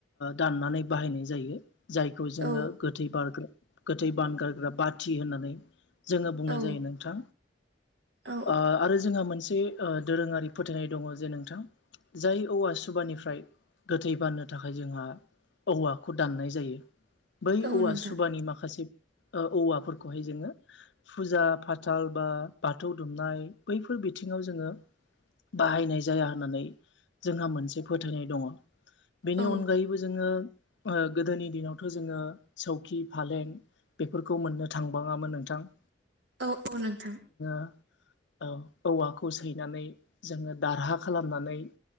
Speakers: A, on the left; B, on the right.
A: दाननानै बाहायनाय जायो जायखौ जोङो
B: औ
A: गोथै बारग्रा गोथै बान गारग्रा बाथि होननानै जोङो बुंनाय
B: औ
A: जायो नोंथां
B: औ
A: आरो जोंहा मोनसे मोनसे दोरोङारि फोथायनाय दङ जे नोंथां जाय औवा सुबानिफ्राय गोथै बारनो थाखाय जोंहा औवाखौ दाननाय जायो बै
B: औ
A: औवा
B: नोंथां
A: सुबानि माखासे औवाफोरखौहाय जोङो फुजा फाथाल बा बाथौ दुमनाय बैफोर बिथिङाव जोङो बाहायनाय जाया होननानै जोंहा मोनसे फोथायनाय दङ' बेनि
B: औ
A: अनगायैबो जोङो ओ गोदोनि दिनावथ' जोङो सौखि फालें बेफोरखौ मोननो थांबाङामोन नोंथां
B: औ औ नोंथां।
A: ओ औवाखौ सैनानै जोङो दारहा खालामनानै